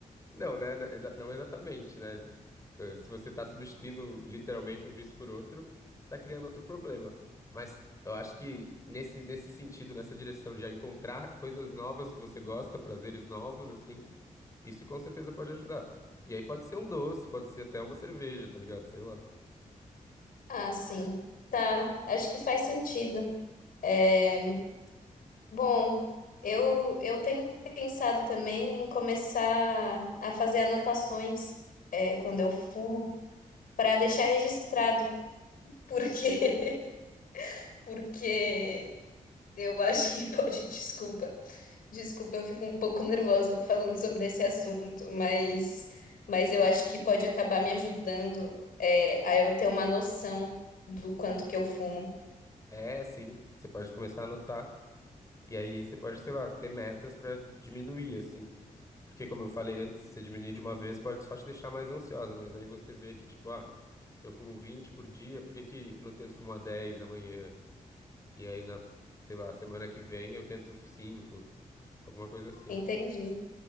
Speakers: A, on the left; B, on the left.
A: Não, né? Não exa- não exatamente, né? Eh, Se você tá substituindo literalmente um vício por outro, você tá criando outro problema. Mas eu acho que nesse, nesse sentido, nessa direção de já encontrar coisas novas que você gosta, prazeres novos, assim, isso com certeza pode ajudar. E aí pode ser um doce, pode ser até uma cerveja, tá ligado? Sei lá.
B: Ah, sim. Tá, acho que faz sentido. É, bom, eu, eu tenho pensado também em começar a fazer anotações, é, quando eu fumo. para deixar registrado, <laughs> porque porque eu acho que <laughs> pode, desculpa. Desculpa, eu fico um pouco nervosa falando sobre esse assunto, mas mas eu acho que pode acabar me ajudando é, a eu ter uma noção do quanto que eu fumo.
A: É, sim. Você pode começar a anotar. E aí você pode, sei lá, ter metas pra diminuir, assim. Porque, como eu falei antes, você diminuir de uma vez pode só te deixar mais ansiosa. Mas aí você vê que, tipo, ah, se eu fumo 20 por dia, por que que eu não tento fumar 10 amanhã? E aí, na, sei lá, semana que vem eu tento cinco, alguma coisa assim.
B: Entendi.